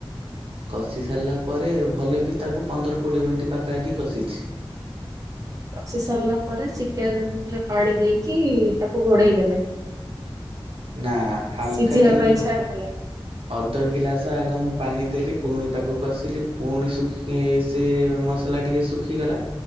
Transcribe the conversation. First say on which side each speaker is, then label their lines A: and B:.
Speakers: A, on the right; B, on the right.
A: କଷି ସାରିଲା ପରେ ଭଲ କି ତାକୁ ପନ୍ଦର କୋଡିଏ ମିନିଟ୍ ପାଖା ଆାଖି କଷିଛି
B: କଷି ସାରିଲା ପରେ ଚିକେନ ରେ ପାଣି ଦେଇକି ତାକୁ ଘୋଡେଇ ଦେଲେ
A: ନା ହାଲକା
B: ସିଝିବା
A: ଟିକେ
B: ପାଇଁ
A: ପା-
B: ଛାଡିଥଦେଲେ
A: ଅଧ ଗିଲାସ ଆଗ ମୁଁ ପାଣି ଦେଲି ପୁଣି ତାକୁ କଷିଲି ପୁଣି ଶୁଖିକି ସେ ମସଲା ଟିକେ ଶୁଖିଗଲା